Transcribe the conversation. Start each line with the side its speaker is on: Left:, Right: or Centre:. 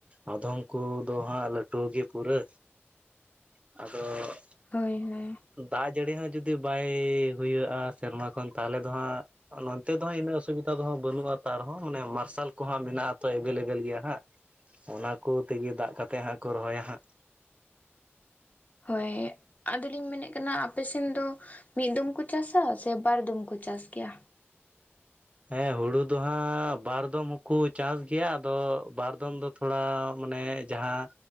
Right: ᱟᱫᱷᱚᱢ ᱠᱚᱫᱚ ᱦᱟᱸᱜ ᱞᱟᱹᱴᱩ ᱜᱮ ᱯᱩᱨᱟᱹ᱾ ᱟᱫᱚ
Left: ᱦᱳᱭ ᱦᱳᱭ᱾
Right: ᱫᱟᱜ ᱡᱟᱹᱲᱤ ᱦᱚᱸ ᱡᱩᱫᱤ ᱵᱟᱭ ᱦᱩᱭᱩᱜᱼᱟ ᱥᱮᱨᱢᱟ ᱠᱷᱚᱱ ᱛᱟᱦᱞᱮ ᱫᱚ ᱦᱟᱸᱜ ᱱᱚᱱᱛᱮ ᱫᱚ ᱤᱱᱟᱹᱜ ᱚᱥᱩᱵᱤᱫᱟ ᱫᱚ ᱦᱟᱸᱜ ᱵᱟᱹᱱᱩᱜᱼᱟ ᱛᱟᱨᱦᱚᱸ ᱢᱟᱱᱮ ᱢᱟᱨᱥᱟᱞ ᱠᱚ ᱦᱟᱸᱜ ᱢᱮᱱᱟᱜ ᱟᱛᱚ ᱮᱵᱮᱞ ᱮᱵᱮᱞ ᱜᱮᱭᱟ ᱦᱟᱸᱜ᱾ ᱚᱱᱟ ᱠᱩ ᱛᱤᱜᱤ ᱫᱟᱜ ᱠᱟᱛᱮ ᱦᱟᱸᱜ ᱠᱚ ᱨᱚᱦᱚᱭᱟ ᱦᱟᱸᱜ᱾
Left: ᱦᱚᱭ ᱟᱫᱚᱞᱤᱧ ᱢᱮᱱᱮᱜ ᱠᱟᱱᱟ ᱟᱯᱮ ᱥᱮᱱ ᱫᱚ ᱢᱤᱫ ᱫᱚᱢ ᱠᱩ ᱪᱟᱥᱟ ᱥᱮ ᱵᱟᱨ ᱫᱚᱢ ᱠᱩ ᱪᱟᱥ ᱜᱮᱭᱟ?
Right: ᱦᱮᱸ ᱦᱩᱲᱩ ᱫᱚ ᱦᱟᱸᱜ ᱵᱟᱨ ᱫᱚᱢ ᱦᱚᱸᱠᱩ ᱪᱟᱥ ᱜᱮᱭᱟ, ᱟᱫᱚ ᱵᱟᱨ ᱫᱚᱢ ᱫᱚᱼᱼ ᱛᱷᱚᱲᱟ ᱢᱟᱱᱮ ᱡᱟᱸᱦᱟᱸ